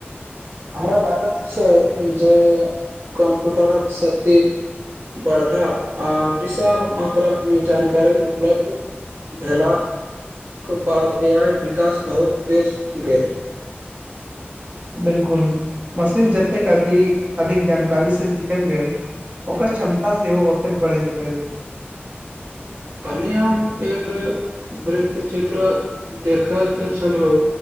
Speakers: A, on the right (about 65°); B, on the right (about 40°).
A: हमरा लागैत छै जे कम्प्युटरक शक्ति बढ़ला आ विशाल मात्रामे जानकारी उपलब्ध भेलाक बाद ए आइ विकास बहुत तेज गेल
B: बिलकुल, मशीन जतेक अभी अधिक जानकारी से सिखल गेल ओकर क्षमता सेहो ओतेक बढ़ैत गेल।
A: काल्हिये हम एक वृत चित्र देखैत छ छलहुं